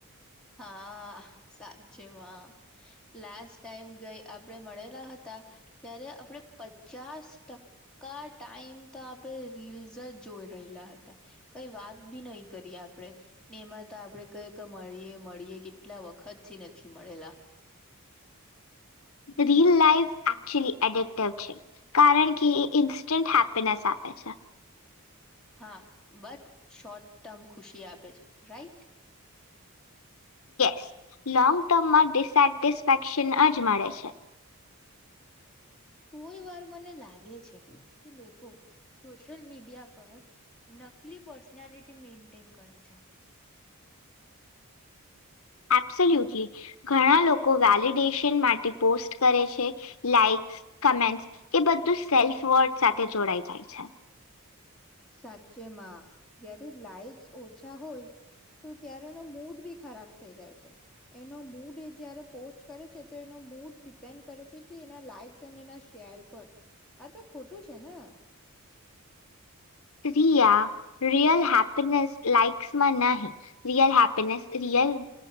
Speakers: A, in the centre; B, on the left.
A: હા સાચેમાં લાસ્ટ ટાઈમ ગઈ આપણે મળેલા હતા ત્યારે આપણેે પચાસ ટકા ટાઈમ તો આપણે રીસ જ જોઈ રહેલા હતા કઈ વાત બી નહી કરીએ આપણેે ને એમાં આપડણે ક કે મળીએ મળીએ કેટલા વખત થી નથી મળેલા
B: રિયલ લાઈફ એકચુઅલી એડક્ટિવ છે કારણ કે ઇન્સ્ટન્ટ હે પ સાત છે
A: હા બટ શોર્ટ ટર્મ ખુશી આપે છે રાઈટ
B: સ લોંગ ટર્મમાં ડ સેટિસ્ફેક્શન જ મળે છે
A: કોઈ વાર મને લાગે છે કે લોકો સોશિયલ મીડિયા પર નકલી પર્સનાલિટી મેન્ટેન કરે છે
B: એપસોલ્યુટલી ઘણા લોકો વેલિડેશન માટે પોસ્ટ કરે છે લાાઈક્સ કમેન્ટ્સ એ બધું સેલ્ફ વર્ડ સાથે જોડાઈ જાય છે
A: સાચેમાં જ્યારે લાઈક્સ ઓછા હોય તો ત્યારે એનો મૂડ બી ખરાબ થઈ જાય છે એનો મૂડ એ જયારે પોસ્ટ કરે છે તો એનો મૂડ ડિપેન્ડ કરે છે કે એના લાઈક્સ અને એના શેર પર આ તો ખોટું છે ને
B: છે રિયલ હેપીનેસ લાઈક્સમાં નહી રિયલ હેપીનેસ રિયલ